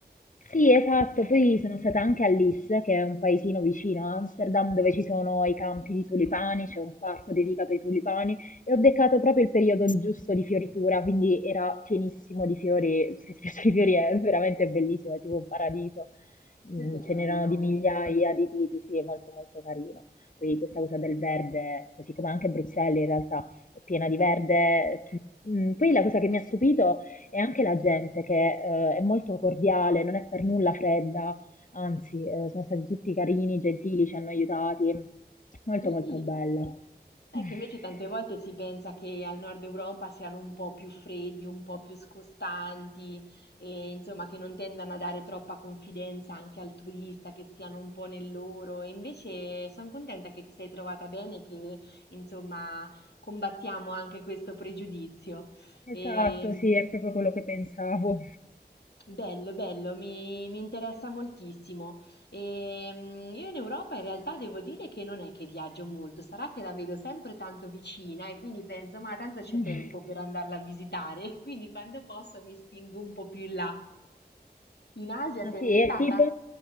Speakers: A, on the left (about 50°); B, on the left (about 80°).
A: Sì, esatto, poi sono stata anche a Lis, che è un paesino vicino a Amsterdam, dove ci sono i campi di tulipani, c'è un parco dedicato ai tulipani e ho beccato proprio il periodo giusto di fioritura, quindi era pienissimo di fiori, se ti <laughs> piace i fiori è veramente bellissimo, è tipo un paradiso, Mm,
B: Che bello!
A: ce n'erano di migliaia di tipi, sì, è molto molto carino. Poi questa cosa del verde, così come anche Bruxelles in realtà è piena di verde. Tu- Mm, Poi la cosa che mi ha stupito e anche la gente che eh, è molto cordiale, non è per nulla fredda, anzi, eh, sono stati tutti carini, gentili, ci hanno aiutati. Molto
B: Vedi?
A: molto bella.
B: È
A: <laughs>
B: che invece tante volte si pensa che al nord Europa siano un po' più freddi, un po' più scostanti, e insomma che non tendano a dare troppa confidenza anche al turista, che stiano un po' nel loro. E invece sono contenta che ti sei trovata bene e che insomma combattiamo anche questo pregiudizio.
A: Esatto,
B: E,
A: sì, è proprio quello che pensavo.
B: Bello, bello, mi, mi interessa moltissimo. Ehm, io in Europa in realtà devo dire che non è che viaggio molto, sarà che la vedo sempre tanto vicina e quindi penso, ma tanto c'è
A: <laughs>
B: tempo per andarla a visitare, <laughs> quindi quando posso mi spingo un po' più in là. In Asia
A: Ah
B: sei
A: sì,
B: mai
A: e
B: stata?
A: tipo?